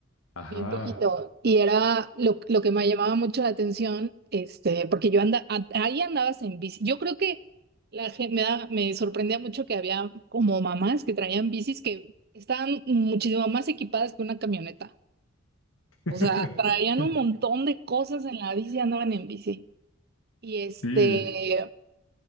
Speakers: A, on the left; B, on the right.
A: ajá.
B: bien poquito. Y era lo, lo que me llamaba mucho la atención, este, porque yo andaba, ahí andabas en bici. Yo creo que la gente me, da- me sorprendía mucho que había como mamás que traían bicis que estaban muchísimo más equipadas que una camioneta. O
A: <laughs>
B: sea, traían un montón de cosas en la bici, andaban en bici. Y este,
A: Sí,